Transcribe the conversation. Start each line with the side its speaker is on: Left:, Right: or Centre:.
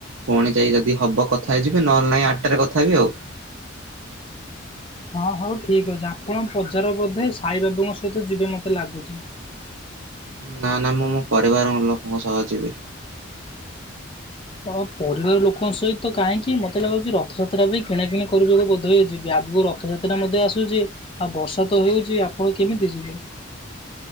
Right: ପୁଣି ଯାଇ ଯଦି ହବ କଥା ହେଇଯିବେ ନହେଲେ ନାଇଁ ଆଠଟାରେ କଥା ହେବି ଆଉ।
Left: ହଁ ହଉ ଠିକ ଅଛି। ଆପଣ ବଜାର ବୋଧେ ସାଇ ବାବୁଙ୍କ ସହିତ ଯିବେ ମତେ ଲାଗୁଛି।
Right: ନା ନା ମୁଁ ମୋ ପରିବାର ଲୋକଙ୍କ ସହ ଯିବି।
Left: ଅ ପରିବାର ଲୋକଙ୍କ ସହିତ କାହିଁକି ମତେ ଲାଗୁଛି। ରଥଯାତ୍ରା ପାଇଁ କିଣାକିଣି କରିବାକୁ ବୋଧେ ହେଇଯିବ ଆଗକୁ ରଥଯାତ୍ରା ମଧ୍ୟ ଆସୁଛି ଆଉ ବର୍ଷା ତ ହେଉଛି ଆପଣ କେମିତି ଯିବେ?